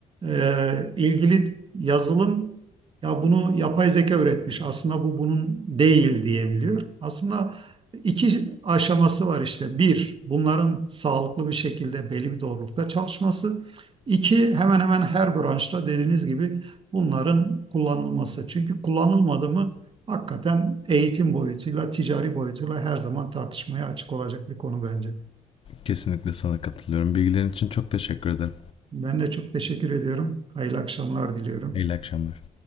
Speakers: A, on the right; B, on the left.
A: e, ilgili yazılım ya bunu yapay zeka üretmiş. Aslında bu bunun değil diyebiliyor. Aslında iki aşaması var işte. Bir, bunların sağlıklı bir şekilde belli bir doğrulukta çalışması. İki, hemen hemen her branşta dediğiniz gibi bunların kullanılması. Çünkü kullanılmadı mı hakikaten eğitim boyutuyla, ticari boyutuyla her zaman tartışmaya açık olacak bir konu bence.
B: Kesinlikle sana katılıyorum. Bilgilerin için çok teşekkür ederim.
A: Ben de çok teşekkür ediyorum. Hayırlı akşamlar diliyorum.
B: İyi akşamlar.